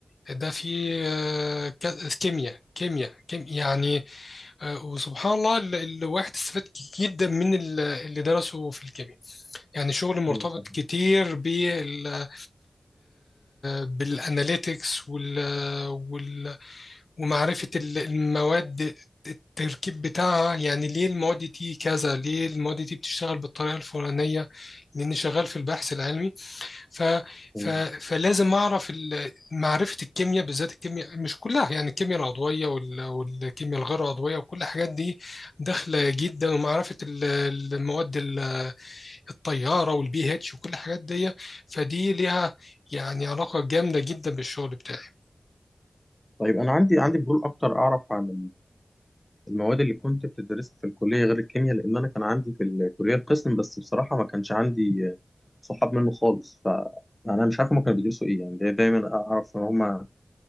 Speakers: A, on the left; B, on the left.
A: ده في آه، ك- كيمياء كيمياء كيمياء يعني آه، وسبحان الله ال- الواحد استفاد جدا من ال- اللي درسه في الكيمياء يعني شغل مرتبط
B: ايوه فاهم
A: كتير بال بالاناليتكس وال وال ومعرفه ال- المواد التركيب بتاعها يعني ليه المواد دي كذا ليه المواد دي بتشتغل بالطريقه الفلانيه لاني شغال في البحث العلمي ف ف
B: تمام.
A: فلازم اعرف ال- معرفه الكيمياء بالذات الكيمياء مش كلها يعني الكيمياء العضويه وال- والكيمياء الغير عضويه وكل الحاجات دي داخله جدا ومعرفه ال- المواد ال- الطياره والبي اتش وكل الحاجات دي فدي ليها يعني علاقه جامده جدا بالشغل بتاعي
B: طيب انا عندي عندي فضول اكتر اعرف عن المواد اللي كنت بتدرسها في الكلية غير الكيمياء لأن أنا كان عندي في الكلية القسم بس بصراحة ما كانش عندي صحاب منه خالص فأنا مش عارف هما كانوا بيدرسوا إيه يعني داي- دايما أعرف إن هما